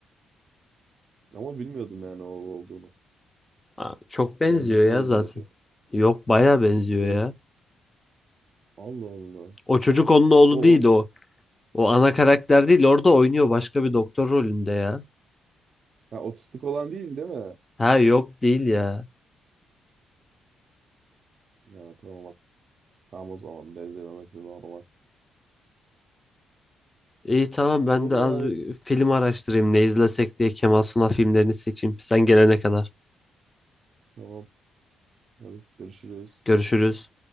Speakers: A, on the right; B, on the left.
A: Ama bilmiyordum yani o olduğunu.
B: Aa, çok benziyor
A: Benzetemedim
B: ya zaten.
A: de pek.
B: Yok baya benziyor
A: Ben...
B: ya.
A: Allah Allah.
B: O çocuk onun oğlu
A: O,
B: değil
A: o...
B: o. O ana karakter değil orada oynuyor başka bir doktor rolünde ya.
A: Ha, otistik olan değil değil mi?
B: Ha yok değil ya.
A: Ha, tamam. Tamam o zaman benzememesi normal.
B: İyi tamam ben
A: Öyle
B: de az
A: yani.
B: bir film araştırayım ne izlesek diye Kemal Sunal filmlerini seçeyim. Sen gelene kadar.
A: Tamam. Hadi görüşürüz.
B: Görüşürüz.